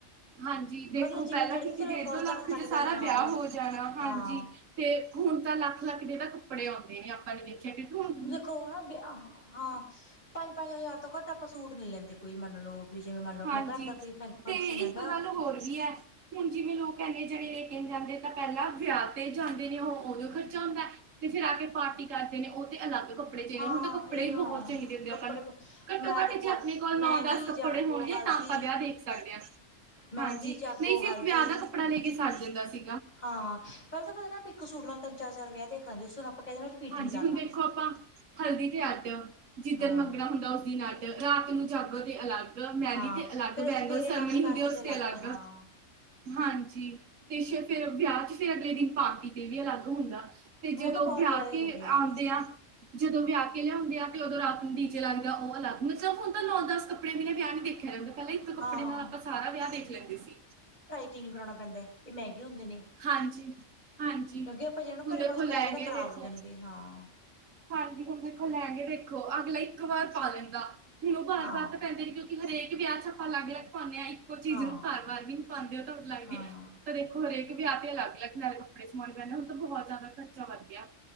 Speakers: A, on the right (about 85°); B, on the left (about 35°).
A: ਹਾਂਜੀ ਦੇਖੋ
B: ਮਤਲਬ ਜਿਨੇ
A: ਪੈਲਾਂ
B: ਜਿਹੜੇ
A: ਕਿੱਥੇ
B: ਤਾਂ ਚਲੋ
A: ਡੇਢ
B: ਅਫੋਰਡ
A: ਦੋ
B: ਕਰ
A: ਲੱਖ
B: ਸਕਦੇ
A: 'ਚ ਸਾਰਾ
B: ਨੇ ਹਾਂ
A: ਵਿਆਹ
B: ਉਹਨਾਂ
A: ਹੋ ਜਾਣਾ ਹਾਂਜੀ।
B: ਹਾਂ
A: ਤੇ ਹੁਣ ਤਾਂ ਲੱਖ-ਲੱਖ ਤੇ ਦਾ ਕੱਪੜੇ ਆਉਂਦੇ ਨੇ ਆਪਾਂ ਨੇ ਦੇਖੇਆ <unintelligible>
B: ਹੁਨ ਦੇਖੋ ਹਨਾ <unintelligible> ਹਾਂ ਪੰਜ-ਪੰਜ ਹਜ਼ਾਰ ਤੋਂ ਘੱਟ ਆਪਾਂ ਸੂਟ ਨਹੀ ਲੈਂਦੇ ਕੋਈ ਮੰਨ ਲੋ ਵੀ ਜਿਵੇਂ ਮੰਨ ਲੋ ਅਪਨਾ
A: ਹਾਂਜੀ
B: ਘਰ ਦਾ ਕੋਈ ਫੰਕਸ਼ਨ
A: ਤੇ
B: ਹੈਗਾ
A: ਇੱਕ ਗੱਲ ਹੋਰ ਵੀ ਹੈ ਹੁਣ ਜਿਵੇਂ ਲੋਕ ਇੰਨੇ ਜਣੇ ਲੈ ਕੇ ਜਾਂਦੇ ਤਾਂ ਪਹਿਲਾਂ ਵਿਆਹ ਤੇ ਜਾਂਦੇ ਨੇ ਉਹ ਉਦੋਂ ਖਰਚਾ ਹੁੰਦਾ ਤੇ ਫਿਰ ਆ ਕੇ ਪਾਰਟੀ ਕਰਦੇ ਨੇ ਉਹ ਤੇ ਅਲੱਗ ਕੱਪੜੇ ਜਿ
B: ਹਾਂ
A: ਹੁਣ ਤਾਂ ਕੱਪੜੇ
B: ਇਹ ਹਾਂ
A: ਬਹੁਤ ਚਾਹੀਦੇ ਹੁੰਦੇ
B: ਕੱਪੜੇ
A: ਨੂੰ ਘੱਟੋ
B: ਮੈਂ
A: ਘੱਟ
B: ਦੇਖੋ
A: ਜੇ ਆਪਣੇ ਕੋਲ
B: ਮਹਿੰਦੀ
A: ਨੌ ਦਸ ਕੱਪੜੇ
B: ਜਾਗੋ
A: ਹੋਣਗੇ
B: ਹਲਦੀ
A: ਤਾਂ ਆਪਾਂ ਵਿਆਹ ਦੇਖ ਸਕਦੇ ਹਾਂ
B: ਮਹਿੰਦੀ
A: ਹਾਂਜੀ,
B: ਜਾਗੋ
A: ਨਹੀਂ ਸਿਰਫ
B: ਹਲਦੀ
A: ਵਿਆਹ ਦਾ ਕੱਪੜੇ ਲੇਕੇ ਸਰ ਜਾਂਦਾ ਸੀ।
B: ਹਾਂ ਪਹਿਲਾਂ ਤਾਂ ਪਤਾ ਨਾ ਆਪ ਇੱਕ ਸੂਟ ਨਾਲ ਤਿੰਨ ਚਾਰ -ਚਾਰ ਵਿਆਹ ਦੇਖ ਲੈਂਦੇ, ਹੁਣ ਆਪਾਂ ਕਹਿੰਦੇ ਰਿਪੀਟ
A: ਹਾਂਜੀ
B: ਨੀ ਕਰਨਾ।
A: ਹੁਣ ਦੇਖੋ ਆਪਾਂ ਹਲਦੀ ਤੇ ਅੱਡ, ਜਿੱਦਣ
B: ਹਾਂ
A: ਮੰਗਣਾ ਹੁੰਦਾ ਉਸ ਦਿਨ ਅੱਡ, ਅੱਜ ਰਾਤ ਨੂੰ ਜਾਗੋ ਤੇ ਅਲੱਗ। ਮਹਿੰਦੀ
B: ਹਾਂ
A: ਤੇ ਅਲੱਗ,
B: ਫੇਰ
A: ਬੈਂਗਲ
B: ਸਵੇਰੇ
A: ਸੇਰੇਮਨੀ
B: ਆਨੰਦ ਕਾਰਜ
A: ਹੁੰਦੀ ਉਸ ਤੇ ਅਲੱਗ।
B: ਹਾਂ
A: ਹਾਂਜੀ, ਤੇ ਫਿਰ ਵਿਆਹ ਚ ਫਿਰ ਪਾਰਟੀ ਤੇ ਵੀ ਅਲੱਗ ਹੁੰਦਾ। ਤੇ
B: ਹੁਣ
A: ਜਦੋਂ
B: ਤਾਂ ਬਹੁਤ
A: ਵਿਆਹ
B: ਜ਼ਿਆਦਾ
A: ਕੇ
B: ਹੋ ਗਏ ਜੀ
A: ਆਉਂਦੇ ਆ ਜਦੋਂ ਵਿਆਹ ਕੇ ਲਿਆਉਦੇ ਆ ਤੇ ਉਦੋਂ ਰਾਤ ਨੂੰ ਡੀ ਜੇ ਲਗਦੇ ਆ, ਉਹ ਅਲੱਗ, ਮਤਲਬ ਹੁਣ ਤਾਂ ਨੌ ਦਸ ਕੱਪੜੇ ਵੀ ਨੇ ਵਿਆਹ ਦੇਖ ਪਹਿਲਾਂ ਇੱਕ ਕੱਪੜੇ
B: ਹਾਂ
A: ਨਾਲ ਆਪਾਂ ਸਾਰਾ ਵਿਆਹ ਦੇਖ ਲੈਂਦੇ ਸੀ‌।
B: ਯਕੀਨ ਕਰਵਾਉਣਾ ਪੈਂਦਾ ਇਹ ਮਹਿੰਗੇ ਹੁੰਦੇ ਨੇ।
A: ਹਾਂਜੀ ਹਾਂਜੀ
B: ਕਿਉਂਕਿ, ਆਪਾਂ ਜਿਹਨੂੰ
A: ਹੁਣ
B: ਘਰੇ
A: ਦੇਖੋ
B: ਵਾਸ਼ ਕਰਾਂਗੇ
A: ਲਹਿੰਗੇ
B: ਤਾਂ ਖ਼ਰਾਬ
A: ਦੇਖੋ
B: ਹੋ ਜਾਣਗੇ ਹਾਂ।
A: ਹਾਂਜੀ ਹੁਣ ਦੇਖੋ ਮੈਣਗੇ ਦੇਖੋ ਅਗਲਾ ਇੱਕ ਵਾਰ ਪਾ ਲੈਂਦਾ ਹੁਣ ਉਹ ਬਾਰ
B: ਹਾਂ
A: ਵਾਰ ਤਾਂ ਕਹਿੰਦੇ ਨੇ ਕਿਉਂ। ਹਰੇਕ ਵਿਆਹ ਚ ਆਪਾਂ ਅਲੱਗ-ਅਲੱਗ ਪਾਉਂਦੇ ਹਾਂ, ਇੱਕੋ ਚੀਜ਼
B: ਹਾਂ
A: ਨੂੰ ਹਾਰ ਵਾਰ ਵੀ ਨ ਪਾਉਂਦੇ।
B: ਹਾਂ
A: ਤਾਂ ਦੇਖੋ ਹਰੇਕ ਵਿਆਹ ਅਲੱਗ- ਅਲੱਗ ਨਾਲੇ ਕੱਪੜੇ ਸਮਾਉਂਦੇ ਉਹਨਾਂ ਨੂੰ ਤਾਂ ਬਹੁਤ ਜਿਆਦਾ ਖਰਚਾ ਵੱਧ ਗਿਆ।